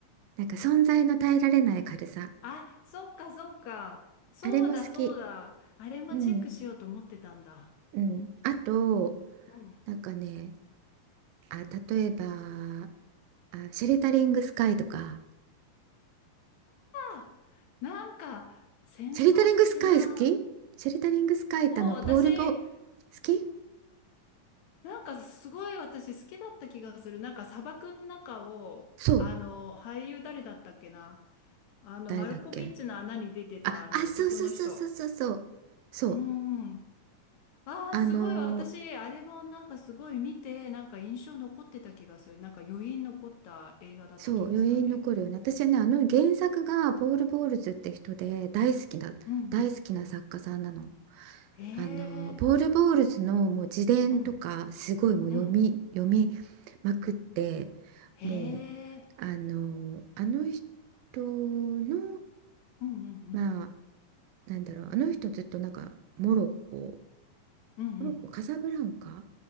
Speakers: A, on the right; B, on the left.
A: なんか存在の耐えられない軽さ。
B: あ、そっかそっか。そうだそうだ。
A: あれも好き。
B: あれもチェックしようと思ってたんだ。
A: うん、うん。あと、
B: うん。
A: なんかね、あ、例えば、あ、シェルタリングスカイとか。
B: あ、なんか、戦争的な。
A: シェリタリングスカイ好きシェリタリングスカイってあのポール・
B: お、私、
A: ボ好き
B: なんかすごい私好きだった気がする。なんか砂漠の中を、
A: そう
B: あの、俳優誰だったっけな。あの、
A: 誰だっけ
B: マルコビッチの穴に出てたあの男の人。
A: あ、あそうそうそうそうそうそうそう
B: うん。ああ、
A: あのー
B: すごい。私、あれもなんかすごい見て、なんか印象残ってた気がする。なんか余韻残った映画だった気がする、
A: そう余韻残るよね私はねあの原作がポール・
B: あれ。
A: ボールズって人で大好きな大好きな作家さんなの。
B: うんうん。へえ。
A: あのーポール・ボールズのもう自伝とかすごいもう読み読み
B: うんうん。
A: まくって
B: へ
A: もう
B: え。
A: あのーあの人の
B: うんうんうん。
A: まあなんだろう、あの人ずっとなんかモロッコ、
B: うんうん
A: モロッコ、カサブランカ